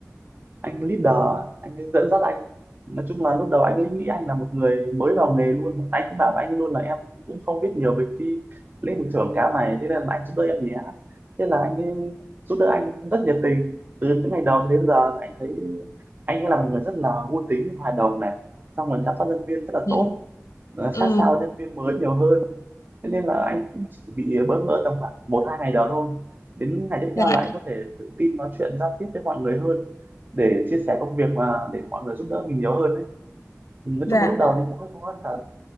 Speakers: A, on the right (about 35°); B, on the left (about 80°).
A: anh leader anh ấy dẫn dắt anh nói chung là lúc đầu anh ấy nghĩ anh là một người mới vào nghề luôn anh cứ bảo với anh luôn là em cũng không biết nhiều về cái lĩnh vực quảng cáo này thế nên là anh giúp đỡ em nhé thế là anh ấy giúp đỡ anh rất nhiệt tình từ những ngày đầu đến giờ thì anh thấy anh ấy là một người rất là vui tính hòa đồng này xong rồi chăm sóc nhân viên rất là
B: ừ.
A: tốt nó sát
B: ừ
A: sao nhân viên mới nhiều hơn thế nên là anh cũng chỉ bị bỡ ngỡ tầm khoảng một hai ngày đó thôi đến ngày tiếp
B: dạ
A: theo là anh có thể tự tin nói chuyện giao tiếp với mọi người hơn để chia sẻ công việc mà để mọi người giúp đỡ mình nhiều hơn đấy Ừ, nói
B: dạ
A: chung là lúc đầu thì cũng hơi khó khăn thật